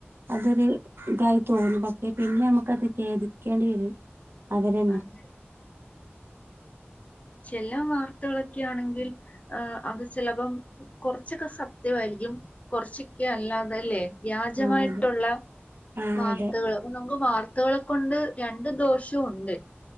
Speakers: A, on the right; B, on the left.
A: അതൊരു ഇതായി തോന്നും പക്ഷേ പിന്നെ നമുക്ക് അത് ഖേദിക്കേണ്ടി വരും അവരന്നെ
B: അതെ ചല്ലാം വാർത്തകളൊക്കൊണെങ്കിൽ അത് ചിലപ്പോം കുറച്ചൊക്കെ സത്യമായിരിക്കും കൊറച്ചിക്ക അല്ലാതല്ലേ വ്യാജമായിട്ടുള്ള
A: ആ അതെ ആ
B: വാർത്തകൾ
A: അതെ
B: അപ്പൊ നമുക്ക് വാർത്തകളെ കൊണ്ട് രണ്ടു ദോഷവും ഉണ്ട്